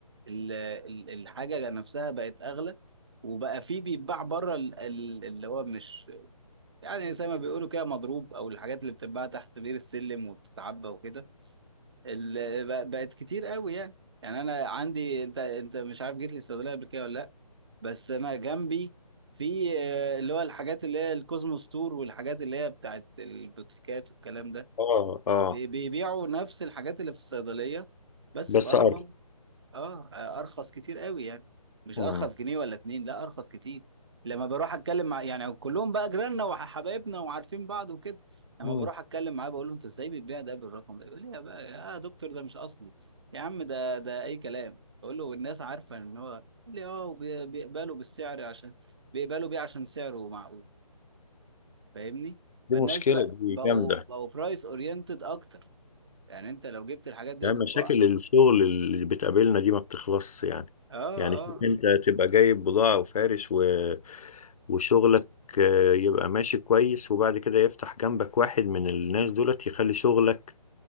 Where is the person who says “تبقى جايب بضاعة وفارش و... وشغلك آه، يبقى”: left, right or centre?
Left